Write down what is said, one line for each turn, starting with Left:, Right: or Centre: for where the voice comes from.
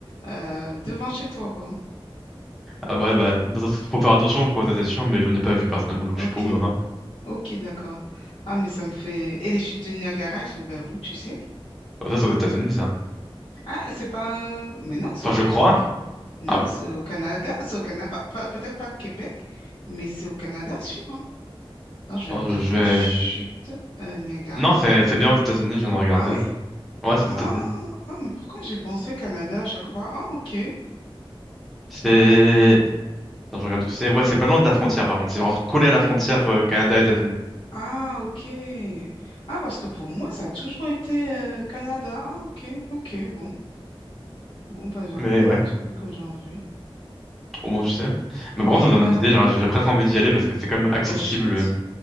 Left: euh, devant chez toi, quoi.
Centre: Ah ouais, bah, dans- faut faire attention, quoi, ça c'est sûr, mais j'en ai pas vu personnellement, donc
Left: Ok.
Centre: je sais pas où il y en a.
Left: Ok, d'accord. Ah, mais ça me fait... Et les chutes du Niagara, elles sont vers où, tu sais?
Centre: Ah, Ça, c'est aux États-Unis, ça.
Left: Ah, c'est pas... euh, Mais non, c'est
Centre: Enfin,
Left: au Québec.
Centre: je crois.
Left: Non,
Centre: Ah bon?
Left: c'est au Canada. C'est au Canada. Pas- Peut-être pas Québec, mais c'est au Canada, sûr. Hein. Attends, je
Centre: Attends,
Left: vais regarder.
Centre: je, je vais.
Left: Chute euh, Niagara.
Centre: Non, c'est c'est bien aux États-Unis, je viens de regarder.
Left: Ah oui?
Centre: Ouais, c'est aux
Left: Ah,
Centre: États-Unis.
Left: ah, mais pourquoi j'ai pensé Canada à chaque fois? Ah, ok.
Centre: C'est... Attends, je regarde où c'est. Ouais, c'est pas loin de la frontière, par contre. C'est vraiment collé à la frontière euh, Canada-États-Unis.
Left: Ah, ok. Ah, parce que pour moi, ça a toujours été euh, Canada. Ah, ok, ok, bon. Bon, bah, j'apprends
Centre: Mais ouais,
Left: un truc aujourd'hui.
Centre: au moins je sais. Mais
Left: Oui,
Centre: par contre, ça me
Left: bah
Centre: donne une
Left: oui.
Centre: idée. Genre, j'ai presque envie d'y aller parce que c'est quand même accessible.
Left: Aux chutes.